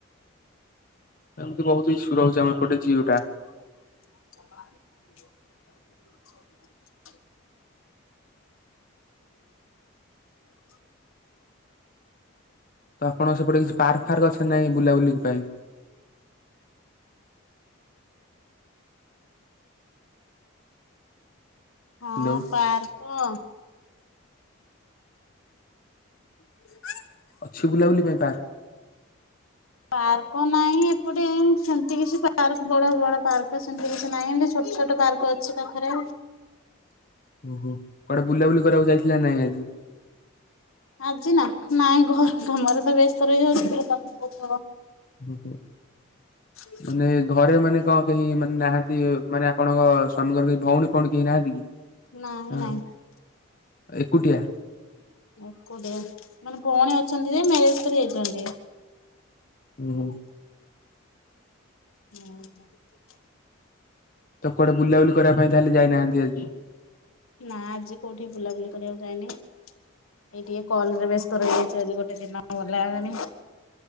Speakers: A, on the left; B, on the left.
A: ଏମିତି ବହୁତ ଈଶୁ ରହୁଛି ଆମ ଏପଟେ ଜିଓଟା।
B: <unintelligible> ଓ
A: ତ ଆପଣ ସେପଟେ କିଛି ପାର୍କ ଫାର୍କ ଅଛନ୍ତି ନାଇଁ ବୁଲାବୁଲି ପାଇଁ?
B: ହଁ
A: ହ୍ୟାଲୋ
B: ପାର୍କ <unintelligible>
A: ଅଛି ବୁଲାବୁଲି ପାଇଁ ପାର୍କ?
B: ପାର୍କ ନାହିଁ ଏପଟେ ସେମିତି କିଛି ପାର୍କ ବଡ ବଡ ପାର୍କ ସେମତି କିଛି ନାହିଁ। ଏମିତି ଛୋଟ ଛୋଟ ପାର୍କ ଅଛି ପାଖରେ।
A: ଓହୋ କୁଆଡେ ବୁଲାବୁଲି କରିବାକୁ ଯାଇଥିଲା ନା ନାଇଁ ଆଜି?
B: ଆଜି ନା ନାଇଁ ଘର କାମରେ ତ ବ୍ୟସ୍ତ ରହିଯାଉଛି ବୁଲିବାକୁ କୋଉଠି ହବ।
A: ଓହୋ।
B: ହ
A: ମାନେ ଘରେ ମାନେ କଣ କେହି ମାନେ ନାହାନ୍ତି ମାନେ ଆପଣଙ୍କ ସ୍ଵାମୀଙ୍କର କେହି ଭଉଣୀ ଫୋଉଣୀ କେହି ନାହାନ୍ତି କି?
B: ନାହିଁ
A: ହଁ
B: ନାହିଁ।
A: ଏକୁଟିଆ?
B: ଏକୁଟିଆ ମାନେ ଭୋଉଣ ଅଛନ୍ତି ଯେ ମ୍ୟାରେଜ କରି ଯାଇ।
A: ହୁଁ।
B: ହୁଁ।
A: ତ କୁଆଡେ ବୁଲାବୁଲି କରିବା ପାଇଁ ତାହେଲେ ଯାଇନାହାନ୍ତି ଆଜି?
B: ନା ଆଜି କୋଉଠି ବୁଲାବୁଲି କରିବାକୁ ଯାଇନି। ଏଇ ଟିକେ କଲରେ ବେସ୍ତ ରହିଯାଇଛି ଆଜି ଗୋଟେ ଦିନ ଭଲା ହେବନି।